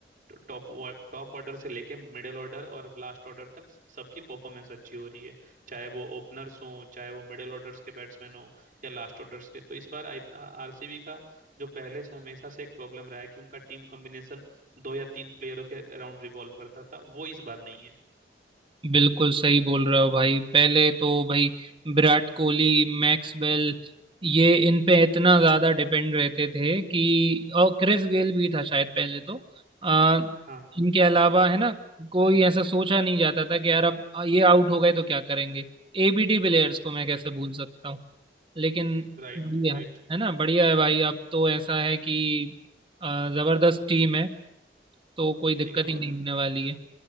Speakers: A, on the right (about 45°); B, on the right (about 30°).
A: टॉप टॉप ऑर्डर से लेके मिडिल ऑर्डर और लास्ट ऑर्डर तक सबकी परफॉर्मेंस अच्छी हो रही है चाहे वो ओपनर्स हों चाहे वो मिडिल ऑर्डर्स के बैट्समैन हों या लास्ट ऑर्डर्स के तो इस बार आई आरसीबी का जो पहले से हमेशा से एक प्रॉब्लम रहा है कि उनका टीम कॉम्बिनेशन दो या तीन प्लेयरों के अराउंड रिवॉल्व करता था वो इस बार नहीं है
B: बिल्कुल सही बोल रहे हो भाई पहले तो भाई विराट कोहली मैक्सवेल ये इन पे इतना ज्यादा डिपेंड रहते थे कि और क्रिस गेल भी था शायद पहले तो आ,
A: हाँ
B: इनके अलावा है ना कोई ऐसा सोचा नहीं जाता था कि यार अब ये आउट हो गए तो क्या करेंगे एबीडी प्लेयर्स को मैं कैसे भूल सकता हूँ लेकिन
A: Right
B: बढ़िया
A: right
B: है ना बढ़िया है भाई अब तो ऐसा है कि आ, जबरदस्त टीम है तो कोई दिक्कत
A: ठीक है और
B: ही नहीं होने वाली है